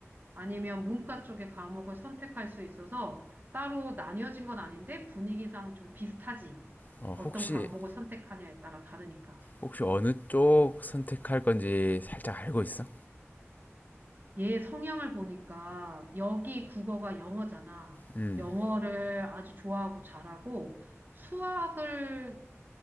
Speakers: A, on the right; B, on the left.
A: 아니면 문과 쪽의 과목을 선택할 수 있어서 따로 나뉘어진 건 아닌데 분위기상 좀 비슷하지.
B: 어,
A: 어떤
B: 혹시
A: 과목을 선택하냐에 따라 다르니까.
B: 혹시 어느 쪽 선택할 건지 살짝 알고 있어?
A: 얘 성향을 보니까 여기 국어가 영어잖아.
B: 음,
A: 영어를 아주 좋아하고 잘하고 수학을